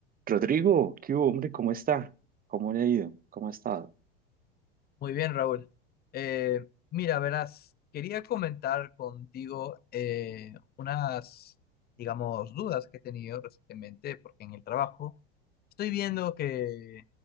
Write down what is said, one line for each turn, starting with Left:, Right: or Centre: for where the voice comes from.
Right: Rodrigo, ¿qué hubo, hombre? ¿Cómo está? ¿Cómo le ha ido? ¿Cómo ha estado?
Left: Muy bien, Raúl. Eh, mira, verás, quería comentar contigo eh, unas, digamos, dudas que he tenido recientemente, porque en el trabajo estoy viendo que